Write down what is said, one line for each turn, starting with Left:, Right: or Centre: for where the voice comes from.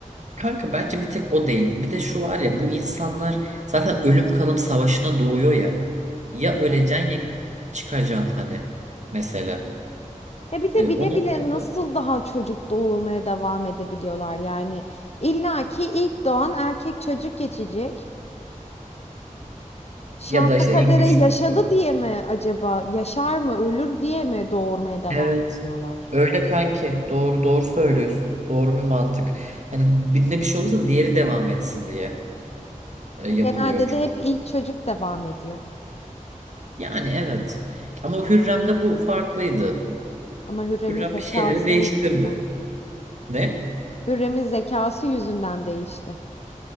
Right: Kanka bence bir tek o değil. Bir de şu var ya bu insanlar zaten ölüm kalım savaşına doğuyor ya. Ya
Left: Evet.
Right: öleceksin ya çıkacaksın hani mesela.
Left: Ya bir de
Right: E,
Left: bile
Right: ona
Left: bile
Right: da
Left: nasıl daha çocuk doğurmaya devam edebiliyorlar yani İlla ki ilk doğan erkek çocuk geçecek. Şansa
Right: ya da işte
Left: kadere
Right: en güçlüsü.
Left: yaşadı diye mi acaba? Yaşar mı, ölür diye mi doğurmaya devam
Right: Evet.
Left: ediyorlar?
Right: Öyle kanki. Doğru doğru söylüyorsun. Doğru bir mantık. Hani birinde bir şey olursa diğeri devam etsin diye e, yapılıyor
Left: Genelde de
Right: çünkü.
Left: hep ilk çocuk devam ediyor.
Right: Yani evet. Ama Hürrem'de bu farklıydı.
Left: Ama Hürrem'in
Right: Hürrem
Left: zekası
Right: bir şeyleri değiştirdi.
Left: yüzünden.
Right: Ne?
Left: Hürrem'in zekası yüzünden değişti.